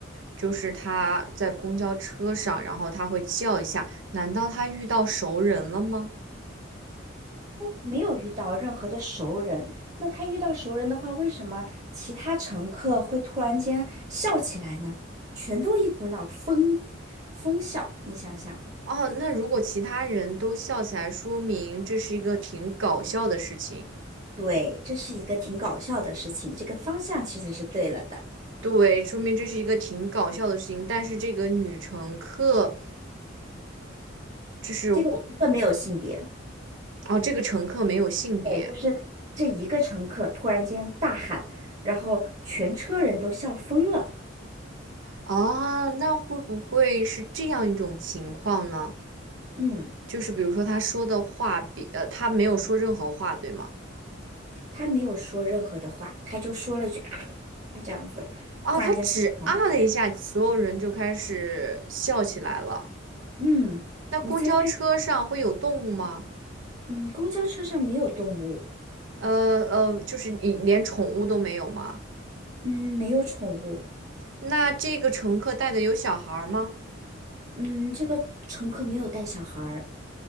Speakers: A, on the right; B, on the right.
A: 就是他在公交车上，然后他会叫一下，难道他遇到熟人了吗？
B: 没有遇到任何的熟人，那他遇到熟人的话，为什么其他乘客会突然间笑起来呢？全都一股脑疯疯笑，你想想。
A: 哦，那如果其他人都笑起来，说明这是一个挺搞笑的事情。
B: 对，这是一个挺搞笑的事情，这个方向其实是对了的。
A: 对，说明这是一个挺搞笑的事情。但是这个女乘客，这是我，
B: 这个乘客没有性别，
A: 哦，这个乘客没有性别
B: 对，就是这一个乘客突然间大喊，然后全车人都笑疯了。
A: 啊，那会不会是这样一种情况呢？
B: 嗯，
A: 就是比如说他说的话比，呃，他没有说任何话，对吗？
B: 他没有说任何的话，他就说了一句啊这样子，
A: 啊，
B: 突然间喊起来
A: 他只啊了一下，所有人就开始笑起来了。
B: 嗯，
A: 那公交车上会有动物吗？
B: 你猜猜，嗯，公交车上没有动物，
A: 呃呃，就是你连宠物都没有吗？
B: 嗯，没有宠物，
A: 那这个乘客带的有小孩儿吗？
B: 嗯，这个乘客没有带小孩儿，